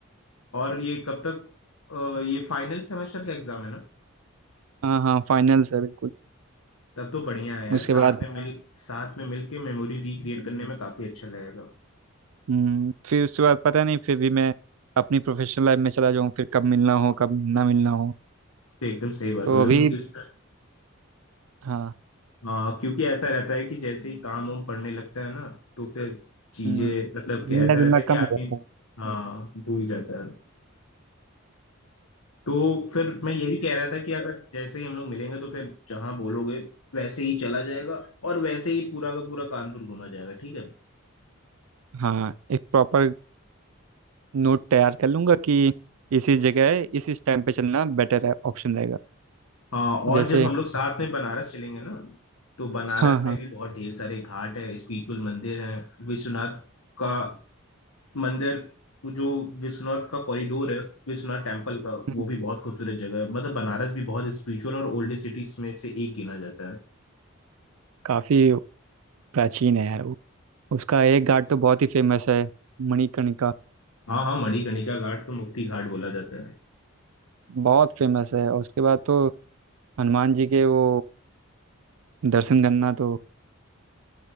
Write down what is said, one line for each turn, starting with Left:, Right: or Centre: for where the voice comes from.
Left: और ये कब तक अ, ये फाइनल सेमेस्टर का एग्जाम है ना
Right: हाँ हाँ फाइनल है बिल्कुल
Left: तब तो बढ़िया है यार
Right: उसके
Left: साथ
Right: बाद
Left: में मिल साथ में मिल के मेमोरी रिक्रिएट करने में काफी अच्छा लगेगा
Right: हम्म फिर उसके बाद पता नहीं फिर भी मैं अपनी प्रोफेशनल लाइफ में चला जाऊँ फिर कब मिलना हो कब ना मिलना हो
Left: तो एकदम सही बात
Right: तो
Left: बोले
Right: अभी
Left: क्योंकि उसमें
Right: हाँ
Left: हाँ क्योंकि ऐसा रहता है कि जैसे ही काम वाम पड़ने लगता है ना तो फिर चीजें
Right: हम्म,
Left: मतलब कि
Right: मिलना
Left: ऐसा
Right: जुलना
Left: रहता है कि
Right: कम
Left: आदमी
Right: हो जाता है
Left: हाँ भूल जाता है तो फिर मैं यही कह रहा था कि अगर जैसे ही हम लोग मिलेंगे तो फिर जहाँ बोलोगे वैसे ही चला जाएगा और वैसे ही पूरा का पूरा कानपुर घूमा जाएगा ठीक है
Right: हाँ एक प्रॉपर नोट तैयार कर लूंगा कि इसी जगह है इस इस टाइम पे चलना बेटर है ऑप्शन रहेगा
Left: हाँ और
Right: जैसे
Left: जब हम लोग साथ में बनारस चलेंगे ना तो बनारस
Right: हाँ हाँ
Left: में भी बहुत ढेर सारे घाट हैं स्पिरिचुअल मंदिर हैं विश्वनाथ का मंदिर वो जो विश्वनाथ का कॉरिडोर है विश्वनाथ टेम्पल का
Right: हम्म,
Left: वो भी बहुत खूबसूरत जगह है मतलब बनारस भी बहुत स्पिरिचुअल और ओल्डेस्ट सिटीज में से एक गिना जाता है
Right: काफी प्राचीन है यार वो उसका एक घाट तो बहुत ही फेमस है मणिकर्णिका
Left: हाँ हाँ मणिकर्णिका घाट तो मुक्ति घाट बोला जाता है
Right: बहुत फेमस है और उसके बाद तो हनुमान जी के वो दर्शन करना तो